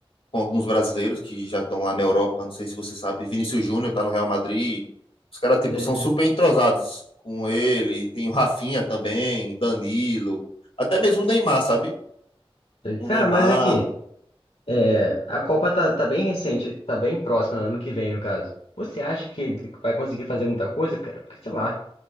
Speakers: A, on the left; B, on the left.
A: com alguns brasileiros que já estão lá na Europa. Não sei se você sabe, Vinícius Júnior tá no Real Madrid. Os caras, tipo,
B: É,
A: são super entrosados com ele. Tem o Rafinha também, Danilo. Até mesmo o Neymar, sabe?
B: é, é. Cara,
A: O Neymar.
B: mas aqui, é, a Copa tá, tá bem recente, tá bem próxima, ano que vem, no caso. Você acha que vai conseguir fazer muita coisa, cara? Porque, sei lá,